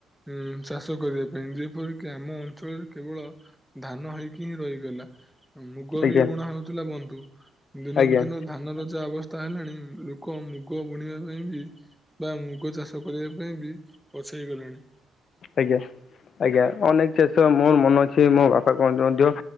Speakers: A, in the centre; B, on the left (about 55°).
A: ଉଁ ଚାଷ କରିବା ପାଇଁ ଯେପରିକି ଆମ ଅଞ୍ଚଳରେ କେବଳ ଧାନ ହେଇକି ହିଁ ରହିଗଲା, ମୁଗବି
B: ଆଜ୍ଞା
A: ବୁଣା ହଉଥିଲା, ବନ୍ଧୁ ଦିନକୁ
B: ଆଜ୍ଞା
A: ଦିନ ଧାନର ଯାହା ଅବସ୍ଥା ହେଲାଣି, ଲୋକ ମୁଗ ବୁଣିବା ପାଇଁ ବି ବା ମୁଗ ଚାଷ <unintelligible> କରିବା ପାଇଁ ବି ପଛେଇଗଲେଣି।
B: ଆଜ୍ଞା, ଆଜ୍ଞା, ଅନେକ ଚାଷ ମୋର ମନ ଅଛି, ମୋ ବାପା କହନ୍ତି ମଧ୍ୟ